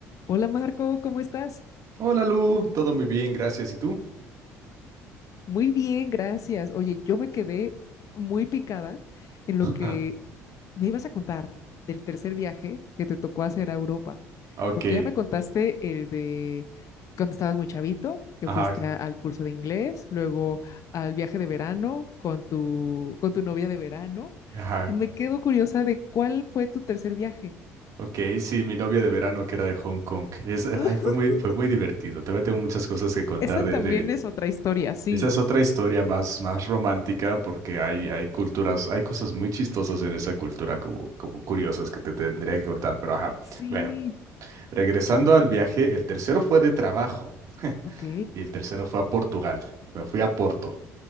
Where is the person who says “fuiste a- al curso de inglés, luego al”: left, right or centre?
Left